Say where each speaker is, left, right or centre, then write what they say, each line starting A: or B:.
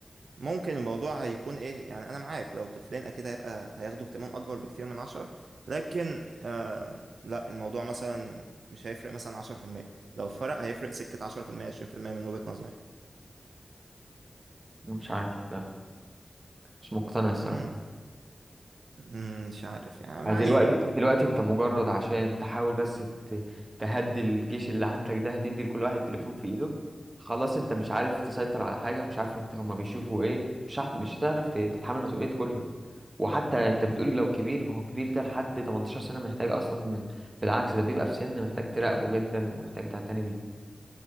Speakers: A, on the right; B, on the right.
A: ممكن الموضوع هيكون إيه يعني أنا معاك لو طفلين أكيد هيبقى هياخدوا اهتمام أكبر بكتير من عشرة لكن آه... لا الموضوع مثلا مش هيفرق مثلا عشرة في المية لو فرق هيفرق سكة عشرة في المية عشرين في المية من وجهة نظري
B: مش عارف لا مش مقتنع الصراحه
A: مم، مم، مش عارف يعني
B: يعني
A: ما
B: دلوقتي
A: علينا ما
B: دلوقتي انت مجرد عشان تحاول بس ت- تهدي الجيش اللي عندك ده هتدي لكل واحد تليفون في ايده خلاص انت مش عارف تسيطر على حاجة مش عارف انت هما بيشوفوا ايه مش عارف مش هتعرف ت- تتحمل مسؤولية كله وحتى انت بتقول لو كبير ما هو كبير ده لحد 18 سنة محتاج اصلا بالعكس ده بيبقى في سن محتاج تراقبه جدا ومحتاج تعتني بيه